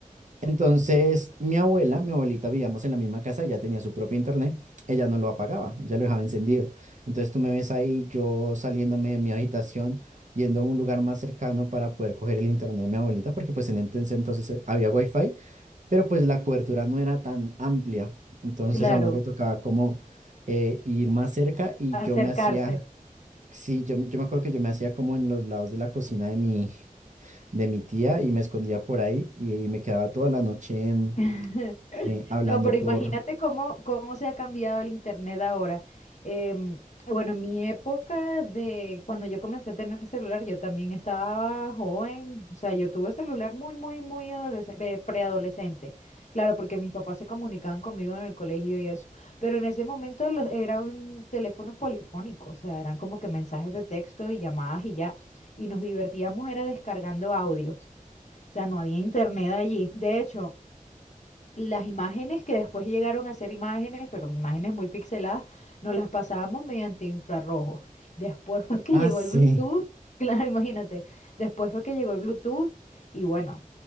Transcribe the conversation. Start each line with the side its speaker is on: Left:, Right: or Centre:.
Right: Entonces, mi abuela, mi abuelita, vivíamos en la misma casa, ella tenía su propio internet, ella no lo apagaba, ya lo dejaba encendido. Entonces, tú me ves ahí, yo saliéndome de mi habitación, yendo a un lugar más cercano para poder coger el internet de mi abuelita, porque pues en ese entonces eh, había wifi, pero pues la cobertura no era tan amplia. Entonces,
Left: claro,
Right: a uno le tocaba como eh, ir más cerca y
Left: acercarse.
Right: yo me hacía, sí, yo, me- yo me acuerdo que yo me hacía como en los lados de la cocina de mi de mi tía y me escondía por ahí y, y me quedaba toda la noche em,
Left: <laughs>
Right: eh, hablando
Left: No, pero
Right: por...
Left: imagínate cómo, cómo se ha cambiado el internet ahora. Em, bueno, en mi época de cuando yo comencé a tener celular, yo también estaba joven, o sea, yo tuve celular muy, muy, muy adolesc- eh, preadolescente. Claro, porque mis papás se comunicaban conmigo en el colegio y eso. Pero en ese momento los, eran teléfonos polifónicos, o sea, eran como que mensajes de texto y llamadas y ya. Y nos divertíamos era descargando audios. O sea, no había internet allí. De hecho las imágenes que después llegaron a ser imágenes, pero imágenes muy pixeladas, nos las pasábamos mediante infrarrojos. Después fue que
Right: Ah,
Left: llegó
Right: sí,
Left: el Bluetooth, <laughs> claro, imagínate, después fue que llegó el Bluetooth y bueno,